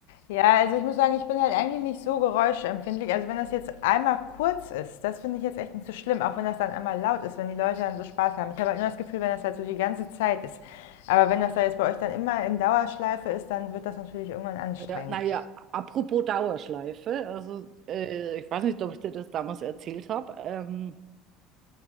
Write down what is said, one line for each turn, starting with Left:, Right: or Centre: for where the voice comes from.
Left: Ja, also ich muss sagen, ich bin halt eigentlich nicht so geräuschempfindlich. Also wenn das jetzt einmal kurz ist, das finde ich jetzt echt nicht so schlimm, auch wenn das dann einmal laut ist, wenn die Leute dann so Spaß haben. Ich habe halt nur das Gefühl, wenn das halt so die ganze Zeit ist. Aber wenn das da jetzt bei euch dann immer in Dauerschleife ist, dann wird das natürlich irgendwann anstrengend.
Right: Ja, naja, apropos Dauerschleife, also äh, ich weiß nicht, ob ich dir das damals erzählt habe, ähm,